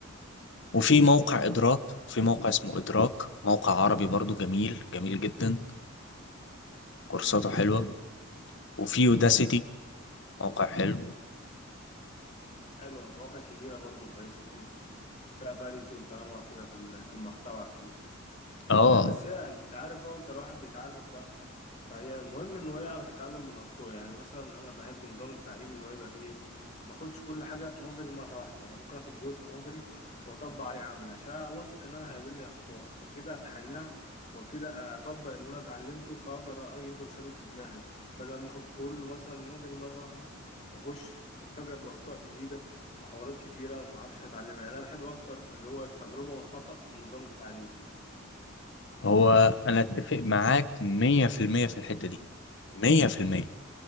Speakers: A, on the left (about 60°); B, on the left (about 35°).
A: وفي موقع
B: امم
A: إدراك في موقع اسمه إدراك موقع عربي برضو جميل جميل جدا كورساته
B: امم
A: حلوة وفي يوداسيتي موقع حلو
B: حلو مواقع كتيرة برضو كويسة تنفع فيها فاريتي وتنوع كده في ال- في المحتوى اكيد
A: اه
B: آه، بس هي انت عارف بقى وانت الواحد بيتعلم بقى فهي المهم ان هو يعرف يتعلم من اخطائه يعني مثلا انا بحب نظام التعليم اللي هو يبقى فيه ما اخدش كل حاجه نظري مره واحده يعني ممكن اخد جزء نظري واطبق عليه عملي عشان واثق ان انا هيقابلني اخطاء فابتدي اتحلها وابتدي اطبق اللي انا اتعلمته فاقدر أ- يفضل ثابت في دماغي بدل ما اخد كله مثلا نظري مره واحده واخش اتفاجئ باخطاء جديده وحوارات كتيره وما اعرفش اتعلمها يعني انا بحب اكتر اللي هو التجربه والخطأ في نظام التعليم
A: هو أنا أتفق معاك مية في المية في الحتة دي مية في المية